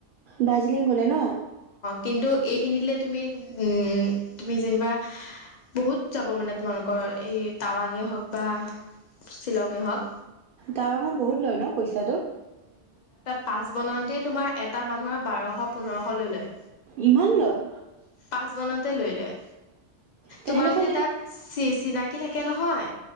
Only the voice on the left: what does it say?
কিন্তু এইখিনিলে তুমি উম তুমি যেনিবা বহুত যাব মানে তোমালোকৰ এই টাৱাঙে হওক বা শ্বিলঙে হওক
পাচ বনাওঁতে তোমাৰ এটা মানুহৰ বাৰশ পোন্ধৰশ লৈ লয়
পাছ বনাওঁতে লৈ লয়
তোমাৰ
যদি তাত চিনাকি থাকে নহয়